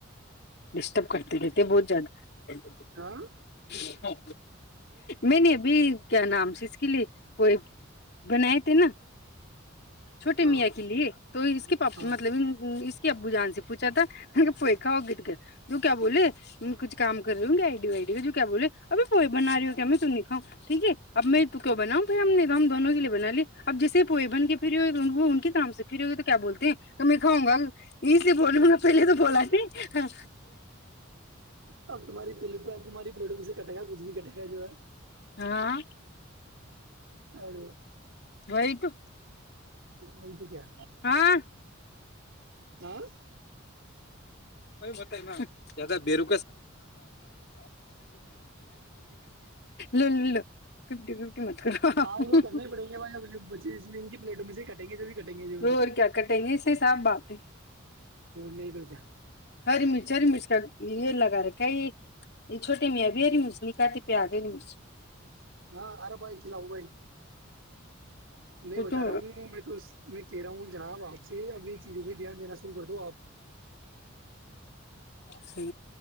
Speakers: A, on the left (about 55°); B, on the right (about 70°).
A: ڈسٹرب کرتے رہتے ہیں بہت زیادہ اچچ
B: ہاں
A: ہاں میں نے ابھی کیا نام سے اس کے لیے پ بنائے تھے نا چھوٹے
B: ہاں
A: میاں کے لیے تو اس کے پاپ
B: ہاں
A: مطلب اس کے ب جان س پوچھا تھا بویکھا ہوگی ت کیا جو کیا بولے کچھم کری گی آئیڈیو وئیڈی جو کیا بولے ابھی پوئے بنا رہی ہو کیا میں ت نہیںکھاؤں ٹھیک ہے اب میں کی بناؤں پھر ہم نے ہم دونوں کے لیے بنا لیے اب جیسے پوہ بن کے فھرری ہوئے ان کے کام سے فھر ہوئے تو کیا بولتے ہیں تو میں کھاؤں گا یہ سے بولوں گا پہلے تو بولا نہیں ہاں
B: اب تمہاری پ تمہاری پلیٹو سے کٹ گا کچ بھی کٹے گا جو ہے
A: ہاں
B: اور
A: وہی تو
B: نہیں تو کیا
A: ہاں
B: آ
A: وہئی مت ہے میں ہ بیرے لو لو ففٹی ففٹی مت کرو
B: ہاں ان کو کرنے پڑیں گے ب بچے ان کی پلیٹوں میں سے کٹیں گے جو بھی کٹیں گےل
A: اور کیا کٹیں گے ایسے صاف بات ہے
B: نہیں تو کیا
A: ہری مرچ ہری مرچ کا یہ یہ لگا رکھا یہ چھوٹے میاں بھی ہری مرچ نہیں کاتی پیاز ہری مرچ
B: ہاں آرے بھائی کھلاؤ بھائی میں
A: پوچھو
B: بتا رہا ہوں میں تو میں کہہ رہا ہوں جناب آپ سے یہ ابھی چیزوں بھی دھیان دےا کر دو آپ
A: صی